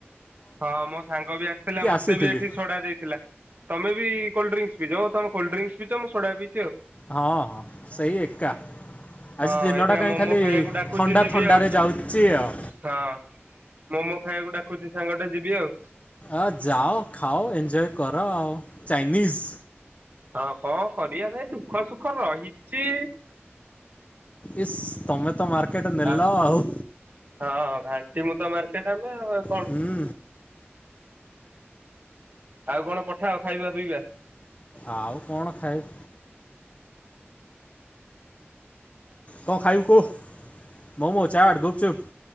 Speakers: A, on the right (about 45°); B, on the left (about 30°).
A: ହଁ ମୋ ସାଙ୍ଗ ବି ଆସିଥିଲା ମତେ
B: ଆସିଥିଲି
A: ବି ଏଠି ସୋଡା ଦେଇଥିଲା ତମେ ବି କୋଲ୍ଡ ଡ୍ରିଙ୍କସ୍ ପିଚ, ଓହ ତମେ କୋଲ୍ଡ ଡ୍ରିଙ୍କଶ୍। ପିଚ ମୁ ସୋଡା ପି।
B: ହଁ ହଁ ସେଇ ଏକା
A: ହଁ
B: ଆଜି ଦିନଟା
A: ଏଇଖିଣା
B: କାହିଁ
A: ମୋମୋ
B: ଖାଲି
A: ଖାଇବାକୁ ଡାକୁଚି
B: ଥଣ୍ଡା
A: ଯିବି
B: ଥଣ୍ଡାରେ
A: ଆଉ
B: ଯାଉଛି ଆଉ।
A: ହଁ। ମୋମୋ ଖାଇବାକୁ ଡାକୁଛି। ସାଙ୍ଗଟେ ଯିବି ଆଉ।
B: ଏ ଯାଅ ଖାଅ ଏଞ୍ଜୟ। କର ଆଉ ଚାଇନିଜ୍।
A: ହଁ କଣ କରିବା ଭାଇ ଦୁଃଖ ସୁଖ ରହିଛି।
B: ଇସ୍ ତମେ ତ ମାର୍କେଟ ନେଲ
A: ଆ
B: ଆଉ।
A: ହଁ ଘାଣ୍ଟି ମୁଁ ମାର୍କେଟ ଆମେ ଆଉ। କଣ।
B: ହୁଁ
A: ଆଉ କଣ ପଠାଅ ଖାଇବା ପିଇବା।
B: ଆଉ କଣ ଖାଇବ? କଣ ଖାଇବୁ କୁହ ମୋମୋ ଚାଟ ଗୁପଚୁପ୍?